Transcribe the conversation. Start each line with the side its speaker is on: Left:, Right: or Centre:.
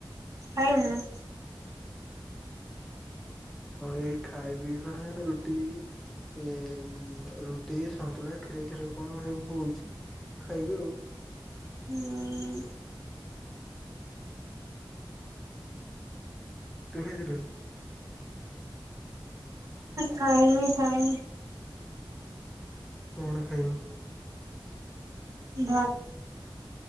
Right: ଖାଇୁ ନା?
Centre: ଏ ଖାଇବି କଣା ରୁଟି ଏ ରୁଟି ସନ୍ତୁଳା କ୍ଷୀର ଫିର କଣ। କଣ ସବୁ ହଉଛି ଖାଇବି ଆଉ।
Right: ହୁଁ ହୁଁ।
Centre: ତୁ ଖାଇଥିଲୁ?
Right: ଖାଇମି ଖାଇମି।
Centre: କଣ ଖାଇବୁ।
Right: ଭାତ